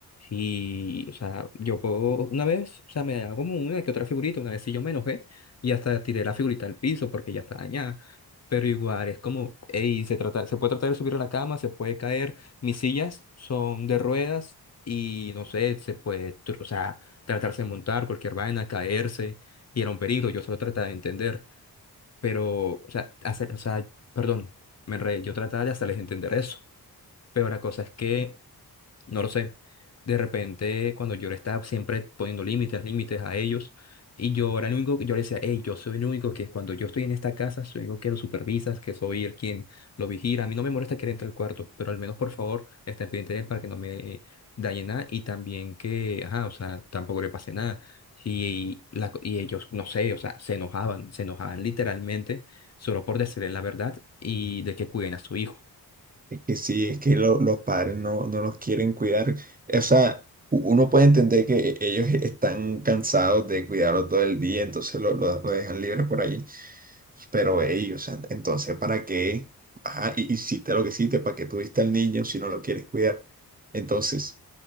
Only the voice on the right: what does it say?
Es que sí, es que lo- los padres no, no los quieren cuidar. O sea, u- uno puede entender que e- ellos están cansados de cuidarlos todo el día, entonces lo, lo- lo dejan libre por ahí. Pero ellos, entonces, ¿para qué? Ajá, hi- hiciste lo que hiciste, ¿para qué tuviste al niño si no lo quieres cuidar? Entonces...